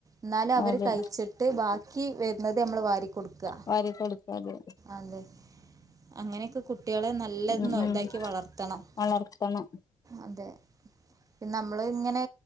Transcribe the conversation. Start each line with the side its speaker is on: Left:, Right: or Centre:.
Right: ന്നാല് അവര്
Left: അതെ
Right: കഴിച്ച്ട്ട് ബാക്കി വെര്ന്നത് നമ്മള് വാരി കൊട്ക്ക
Left: വാരി കൊടുക്കാതെ
Right: അതെ അങ്ങനെക് കുട്ടികളെ നല്ലത്
Left: ഉം ഉം
Right: ഇതാക്കി വളർത്തണം
Left: വളർത്തണം
Right: അതെ പിന്നെ നമ്മള് ഇങ്ങനെ